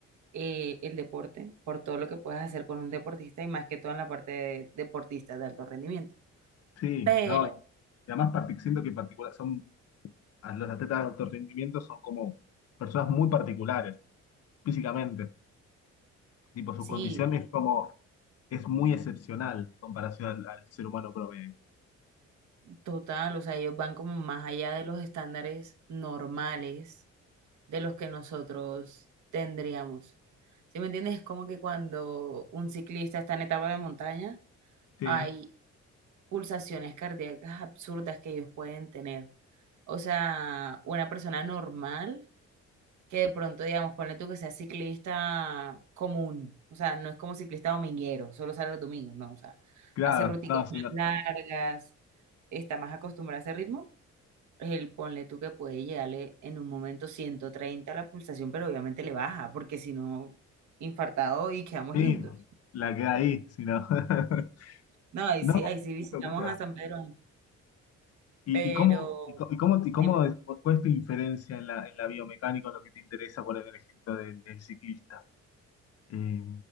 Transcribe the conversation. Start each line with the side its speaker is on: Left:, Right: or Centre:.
Right: eh, el deporte, por todo lo que puedes hacer con un deportista y más que todo en la parte de deportistas de alto rendimiento.
Left: Sí,
Right: Pero
Left: no, y, y además partic- siento que particular son a los atletas de alto rendimiento son como personas muy particulares físicamente, tipo sus
Right: sí,
Left: condiciones como es muy excepcional en comparación al, al ser humano promedio.
Right: total, o sea, ellos van como más allá de los estándares normales de los que nosotros tendríamos. ¿Sí me entiendes? Es como que cuando un ciclista está en etapa de montaña,
Left: Sí,
Right: hay pulsaciones cardíacas absurdas que ellos pueden tener. O sea, una persona normal que de pronto, digamos, ponle tú que sea ciclista común, o sea, no es como ciclista dominguero, solo sale los domingos, no, o sea,
Left: claro,
Right: hace rúticas
Left: no, sí, no,
Right: más largas, está más acostumbrado a ese ritmo, el ponle tú que puede llegarle en un momento 130 a la pulsación, pero obviamente le baja, porque si no, infartado y quedamos
Left: sí,
Right: lindos.
Left: la queda ahí, si no. <laughs>
Right: No, ahí
Left: No,
Right: sí, ahí sí visitamos
Left: qué locura.
Right: a San Pedro,
Left: ¿Y,
Right: pero
Left: y cómo, y, co- y cómo, y cómo
Right: dime,
Left: es, cuál es tu inferencia en la, en la biomecánica, en lo que te interesa poner el ejemplo del, del ciclista? Eh,